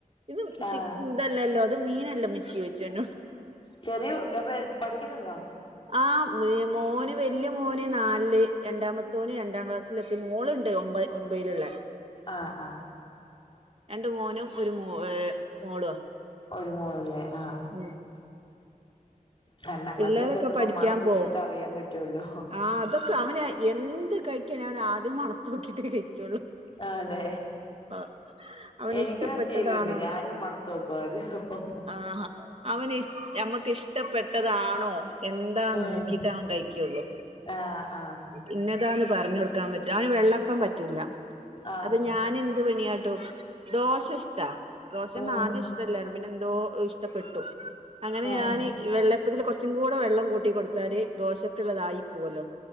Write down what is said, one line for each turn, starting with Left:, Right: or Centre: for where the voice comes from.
Right: ഇത്
Left: ആ
Right: ഇതെല്ലല്ലോ ഇത് മീനല്ലെ മ്മച്ചി ച്ചും ഇന്നോട്.
Left: ചെറിയൊ അവൻ പഠിക്കുന്നുണ്ടോ?
Right: ആഹ് മോന് വല്യ മോന് നാല്ൽ രണ്ടാമത്തോന് രണ്ടാം ക്ലാസ്. ഞ്ച്ല്ത്തി. മോളുണ്ട് ഒമ്പത് ഒമ്പേലുള്ള.
Left: ആഹ് ആഹ്.
Right: രണ്ട് മോനും ഒരു മോഏ മോളുവാ.
Left: ഒരു മോളല്ലേ ആഹ്.
Right: ഉം
Left: രണ്ടാം
Right: പിള്ളേരൊക്കെ
Left: ക്ലാസ്സിലൊക്കെ എത്തുമ്പോ
Right: പഠിക്കാൻ
Left: മണം പിടിച്ചിട്ട്
Right: പോവും
Left: അറിയാൻ പറ്റുവല്ലോ.
Right: ആ അതൊക്കെ അവന് എന്ത് കഴിക്കാനേ അവന് ആദ്യം മണത്തോക്കിട്ടെ കഴിക്കുള്ളൂ.
Left: ആഹ് അതെ.
Right: ആ അവന്
Left: എനിക്ക്
Right: ഇഷ്ടപ്പെട്ടതാണോന്ന്
Left: ആ ശീലമുണ്ട് ഞാനും മണത്ത് നോക്കും ആദ്യം
Right: ആഹാ അവന് മ്മക്ക് ഇഷ്. ട്ടപ്പെട്ടതാണോ എന്താ
Left: ഉം
Right: നോക്കിട്ടാ അവൻ കഴിക്കുള്ളൂ.
Left: ആഹ് ആഹ്.
Right: ഇന്നതാന്ന് പറഞ്ഞഞ് കൊടുക്കാൻ പറ്റും അവന് വെള്ളപ്പം പറ്റൂല്ല.
Left: ആഹ്
Right: അപ്പൊ ഞാൻ എന്ത് പണിയാട്ടും ദോശ ഇഷ്ടാ ദോശന്നു
Left: ഉം
Right: ആദ്യം ഇഷ്ട. ടല്ലായിരുന്നു. പിന്നെ എന്തോ ഇഷ്ടപ്പെട്ടു അങ്ങനെ
Left: ആഹ്
Right: ഞാൻ. ഈ വെള്ളപ്പത്തിൽ കൊറ്ച്ചും കൂടെ വെള്ളം കൂട്ടി കൊടുത്താല് ദോശക്ക്ള്ളതായി പോവല്ലോ.